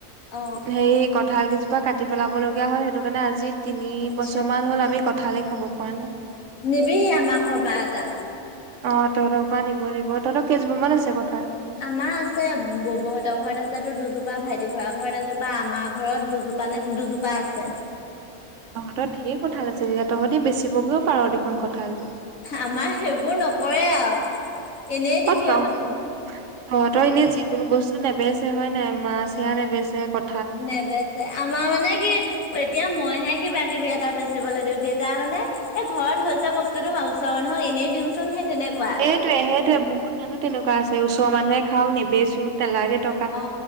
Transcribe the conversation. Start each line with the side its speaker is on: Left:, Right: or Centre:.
Left: অ
Right: হেৰি কঁঠাল কেইজোপা কাটি পেলাব লগগা হয় সেইটো কাৰণে আজি তিনি
Left: আচ্ছা
Right: বছৰ মান হ'ল আমি কঁঠালে খাব পৰা নাই।
Left: নিবিহি আমাৰ ঘৰৰ পৰা এটা।
Right: অ, তহঁতৰ পৰা নিব লাগিব তহঁতৰ কেইজোপা মান আছে কথাল?
Left: আমাৰ আছে ববহঁতৰ ঘৰত আছে তো দুজোপা ভাইটি ঘ ঘৰত এজোপা আমাৰ ঘৰত দুজোপা নে দুজোপা পা আছে।
Right: তহঁতৰ ধঢেৰ কঠাল আছে তেতিয়া তহঁতি বেচিবগৈও পাৰ দেখোন কথাল।
Left: আমাৰ সেইবোৰ নকৰে আৰু এনেই দি
Right: অ
Left: দিয়ে
Right: তহ
Left: মানুহক।
Right: তহঁতৰ এনে যিকোনো বস্তু নেবেচছে হয় নাই মাছ হেিয়য়া নেবেছে ক
Left: নেবছে আমাৰ মানে কি এতিয়া মইহে কিবা কিবি এটা বেচিবলৈ দিওঁ দেউতা মানে, এ ঘৰত হৈছে বস্তুতটো ম ওচৰ মানুহক এনেই দিওঁচোনে সেই তেনেকুৱা
Right: সেইটয়ে সেইটয়ে বহুত মানুহ তেনেুৱ আছে ওচৰৰ মানুহে খাওক নেৱেছোঁ নেলাগে ত
Left: অ